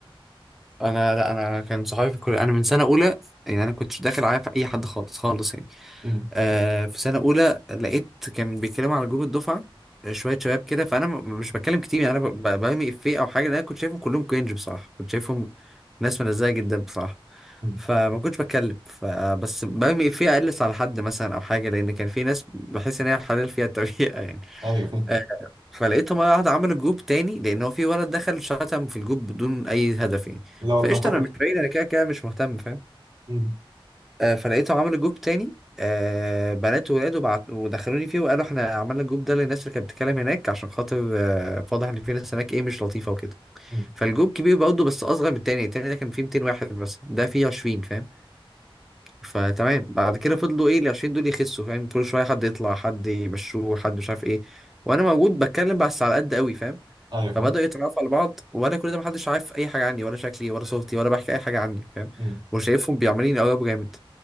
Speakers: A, in the centre; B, on the right (about 50°).
A: انا لا انا كان صحابي في الكليه انا من سنه اولى يعني انا كنتش داخل عارف اي حد خالص خالص يعني
B: <clears throat> مم.
A: آه في سنة أولى لقيت كان بيتكلموا على جروب الدفعة آه، شوية شباب كده فأنا م- مش بتكلم كتير يعني أنا ب- ب- برمي إفيه أو حاجة لأن أنا كنت شايفهم كلهم كرنج بصراحة كنت شايفهم ناس منزهة جدا بصراحة
B: مم.
A: فما كنتش بتكلم فبس برمي إفيه أقلص على حد مثلا أو حاجة لأن كان في ناس بحس إن هي حلال فيها التريقة <laughs> يعني
B: أيوه فاهم
A: آه فلقيتهم مرة واحدة عملوا جروب تاني لأن هو في ولد دخل شتم في الجروب بدون أي هدف يعني
B: لا والله
A: فقشطة أنا مش
B: <clears throat>
A: بعيد أنا كده كده مش مهتم فاهم
B: <laughs> مم.
A: آه، فلقيته عامل جروب تاني آه، بنات وولاد وبعت ودخلوني فيه وقالوا احنا عملنا الجروب ده للناس اللي كانت بتتكلم هناك عشان خاطر آه، واضح ان في ناس هناك ايه مش لطيفه وكده
B: مم.
A: فالجروب كبير برضه بس اصغر من التاني التاني ده كان فيه 200 واحد بس ده فيه 20 فاهم فتمام بعد كده فضلوا ايه ال 20 دول يخسوا فاهم كل شويه حد يطلع حد يمشوه حد مش عارف ايه وانا موجود بتكلم بس على قد قوي فاهم
B: أيوه
A: فبدأوا
B: فاهم
A: يتعرفوا على بعض وانا كل ده محدش عارف اي حاجه عني ولا شكلي ولا صوتي ولا بحكي اي حاجه عني فاهم
B: مم.
A: وشايفهم بيعملين قلب جامد